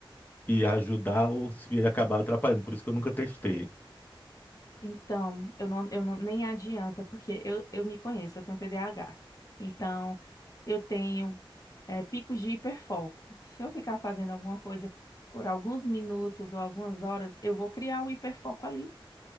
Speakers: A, on the left (about 20°); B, on the left (about 40°).
A: ia ajudar ou se ia acabar atrapalhando. Por isso que eu nunca testei.
B: Então, eu não, eu não, nem adianta, porque eu, eu me conheço, eu tenho TDAH. Então, eu tenho é, picos de hiperfoco. Se eu ficar fazendo alguma coisa por alguns minutos ou algumas horas, eu vou criar um hiperfoco ali